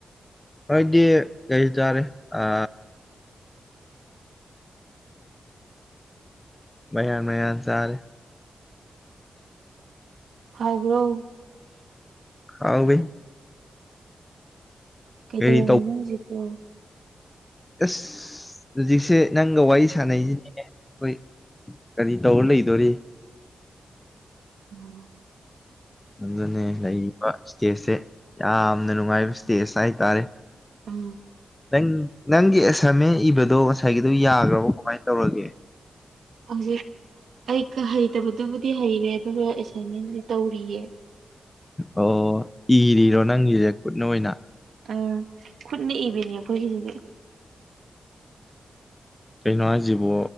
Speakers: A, on the left; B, on the right.
A: ꯍꯣꯏꯗꯤ ꯀꯩꯇꯥꯔꯦ ꯑ ꯃꯌꯥꯟ ꯃꯌꯥꯟ ꯆꯥꯔꯦ
B: ꯍꯥꯎ꯭ꯔꯣ
A: ꯍꯥꯎꯕꯤ
B: ꯀꯩꯗꯧꯔꯝꯃꯤꯅꯣ
A: ꯀꯔꯤ
B: ꯍꯧꯖꯤꯛꯄꯨ
A: ꯑꯦꯁ ꯍꯧꯖꯤꯛꯁꯦ ꯅꯪꯒ ꯋꯥꯔꯨ ꯁꯥꯅꯩꯁꯤꯅꯤꯅꯦ ꯑꯩꯈꯣꯏ ꯀꯔꯤ ꯇꯧꯔ ꯂꯩꯗꯣꯔꯤ
B: ꯎꯝ
A: ꯑꯗꯨꯅꯦ ꯂꯩꯔꯤꯕ ꯏꯁꯇꯦꯖꯁꯦ ꯌꯥꯝꯅ ꯅꯨꯡꯉꯥꯏꯕ ꯏꯁꯇꯦꯖ ꯍꯥꯏꯇꯥꯔꯦ
B: ꯎꯝ
A: ꯅꯪ ꯅꯪꯒꯤ ꯑꯦꯁꯥꯏꯟꯃꯦꯟ ꯏꯕꯗꯣ ꯉꯁꯥꯏꯒꯤꯗꯣ ꯌꯥꯒꯔꯕꯣ ꯀꯃꯥꯏꯅ ꯇꯧꯔꯒꯦ
B: ꯍꯧꯖꯤꯛ ꯑꯩ ꯍꯩꯇꯕꯗꯨꯕꯨꯗꯤ ꯍꯩꯔꯦ ꯑꯗꯨꯒ ꯑꯦꯁꯥꯏꯟꯃꯦꯟꯗꯤ ꯇꯧꯔꯤꯌꯦ
A: ꯑꯣ ꯏꯔꯤꯔꯣ ꯅꯪꯒꯤꯁꯦ ꯈꯨꯠꯅ ꯑꯣꯏꯅ
B: ꯑ ꯈꯨꯠꯅ ꯏꯕꯅꯦ ꯑꯩꯈꯣꯏꯒꯤꯁꯤꯗꯤ
A: ꯀꯩꯅꯣ ꯍꯥꯏꯁꯤꯕꯨ